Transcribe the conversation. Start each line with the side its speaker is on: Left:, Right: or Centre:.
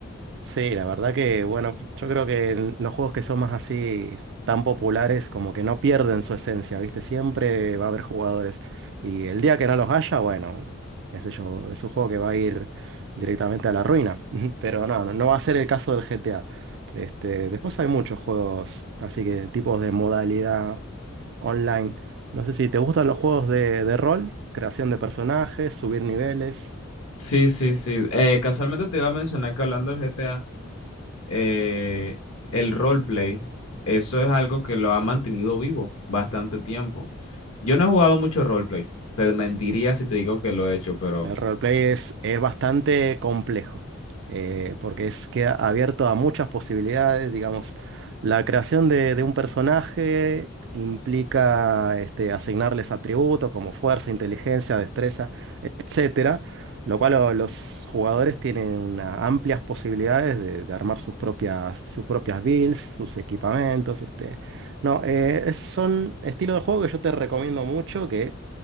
Right: Sí, la verdad que, bueno, yo creo que en los juegos que son más así tan populares, como que no pierden su esencia, ¿viste? Siempre va a haber jugadores. Y el día que no los haya, bueno, qué sé yo, es un juego que va a ir directamente a la ruina. <laughs> Pero no, no, no va a ser el caso del GTA. Este, después hay muchos juegos, así que tipos de modalidad online. No sé si te gustan los juegos de, de rol, creación de personajes, subir niveles.
Left: Sí, sí, sí. Eh, casualmente te iba a mencionar que hablando del GTA, eh, el roleplay, eso es algo que lo ha mantenido vivo bastante tiempo. Yo no he jugado mucho roleplay, te mentiría si te digo que lo he hecho, pero
Right: El roleplay es, es bastante complejo, eh, porque es, queda abierto a muchas posibilidades, digamos. La creación de, de un personaje implica este, asignarles atributos como fuerza, inteligencia, destreza, etcétera, lo cual lo- los jugadores tienen una- amplias posibilidades de, de armar sus propias, sus propias builds, sus equipamientos, este. No, eh, es, son estilo de juego que yo te recomiendo mucho, que